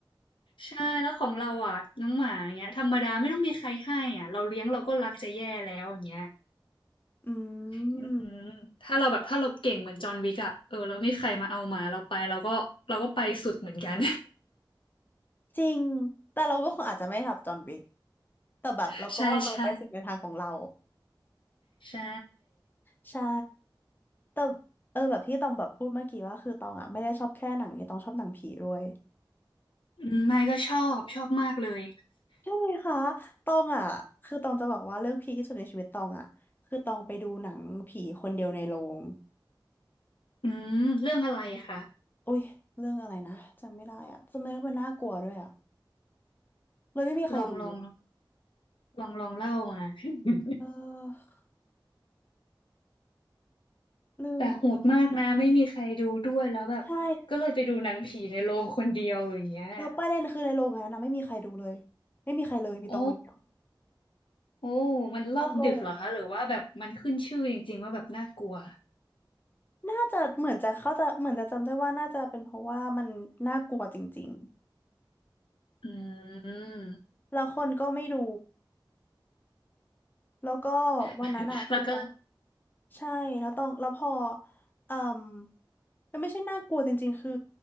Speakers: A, on the left; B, on the left.
A: ใช่แล้วของเราอ่ะน้องหมาเงี้ยธรรมดาไม่ต้องมีใครให้อ่ะเราเลี้ยงเราก็รักจะแย่แล้วอย่างเงี้ย
B: อืม
A: อืมถ้าเราแบบถ้าเราเก่งเหมือนจอห์นวิกอ่ะเออเราไม่มีใครมาเอาหมาเราไปเราก็เราก็ไปสุดเหมือนกัน
B: จริงแต่เราก็คงอาจจะไม่ทำจอห์นวิก แต่แบบเราก็ว่าเราไปสุดในทางของเรา
A: <laughs> ใช่ใช่ใช่
B: ใช่แต่เออแบบที่ตองแบบพูดเมื่อกี้ว่าคือตองอ่ะไม่ได้ชอบแค่หนังนี้ตองชอบหนังผีด้วย
A: อืมไม่ก็ชอบชอบมากเลย
B: ใช่ไหมคะตองอ่ะคือตองจะบอกว่าเรื่องพีคที่สุดในชีวิตตองอ่ะคือตองไปดูหนังผีคนเดียวในโรง
A: อืมเรื่องอะไรอะคะ
B: อุ้ยเรื่องอะไรนะจำไม่ได้อ่ะจำไม่ได้ว่ามันน่ากลัวด้วยอ่ะเลยไม่มีใครดู
A: ลองลองลองลองเล่ามา <laughs>
B: เออลืม
A: แต่โหดมากนะไม่มีใครดูด้วยแล้วแบบก็เลยไปดูหนังผีในโรงคนเดียวอย่างเงี้ย
B: ใช่แล้วประเด็นคือในโรงอันนั้นนะไม่มีใครดูเลยไม่มีใครเลยมีตองคนเดียว
A: โอ้ โอ้มันรอบดึกเหรอคะหรือว่าแบบมันขึ้นชื่อจริงๆว่าแบบน่ากลัว
B: ทั้งโรง น่าจะเหมือนจะเขาจะเหมือนจะจำได้ว่าน่าจะเป็นเพราะว่ามันน่ากลัวจริง
A: อืม
B: ๆแล้วคนก็ไม่ดูแล้วก็วันนั้นอะคือเรา
A: <laughs> แล้วก็
B: ใช่แล้วต้องแล้วพอเอ่มมันไม่ใช่น่ากลัวจริงๆคือ